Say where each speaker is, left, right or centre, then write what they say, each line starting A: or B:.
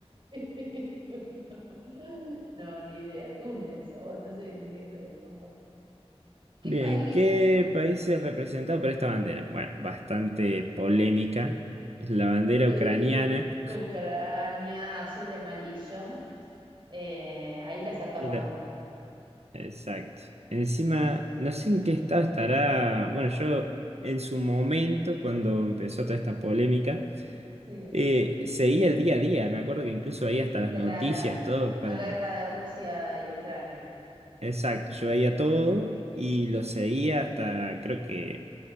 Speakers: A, on the right; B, on the right.
A: <laughs> no, no, ni idea. Túnez, o no sé ni idea que le decimos nosotros. ¿Qué
B: Bien,
A: país?
B: ¿qué país es representado por esta bandera? Bueno, bastante polémica. Es la bandera
A: Sí.
B: ucraniana.
A: Ucrania, azul y amarillo. Eh, ahí le acertamos
B: Y la-
A: los dos.
B: Exacto. Encima, no sé en qué estado estará. Bueno, yo en su momento, cuando empezó toda esta polémica.
A: sí.
B: Eh, seguía el día a día, me acuerdo que incluso veía hasta las
A: De
B: noticias,
A: la,
B: todo para...
A: la guerra de Rusia y Ucrania.
B: Exacto, yo veía todo y lo seguía hasta, creo que,